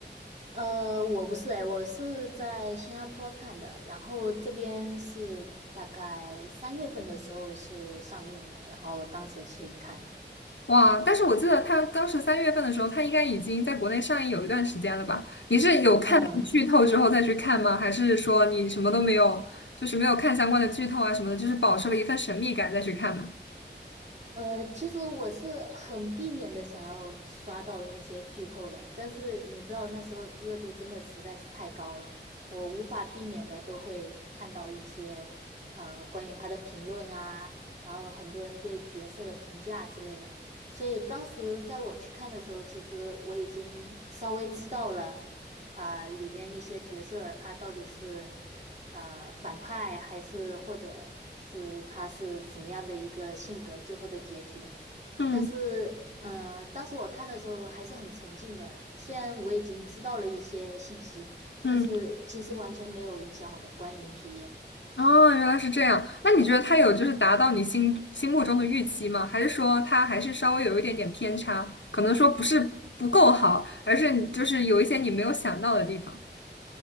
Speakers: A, on the right; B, on the left.
A: 呃，我不是哎，我是在新加坡看的，然后这边是大概三月份的时候是上映了，然后当时去看的。
B: 哇！但是我记得他当时三月份的时候，他应该已经在国内上映有一段时间了吧？你是有看到剧透之后再去看吗？
A: 嗯。
B: 还是说你什么都没有，就是没有看相关的剧透啊什么的，就是保持了一份神秘感再去看呢？
A: 呃，其实我是很避免的想要刷到那些剧透的，但是你知道那时候热度真的实在是太高了，我无法避免的都会看到一些呃关于他的评论啊，然后很多人对角色的评价之类的，所以当时在我去看的时候，其实我已经稍微知道了啊、里边一些角色他到底是。呃反派，还是或者是他是什么样的一个性格，最后的结局。
B: 嗯
A: 但是，嗯，当时我看的时候还是很沉浸的，虽然我已经知道了一些信息，
B: 嗯。
A: 但是其实完全没有影响我的观影体验。
B: 哦，原来是这样。那你觉得他有就是达到你心心目中的预期吗？还是说他还是稍微有一点点偏差？可能说不是不够好，而是你就是有一些你没有想到的地方。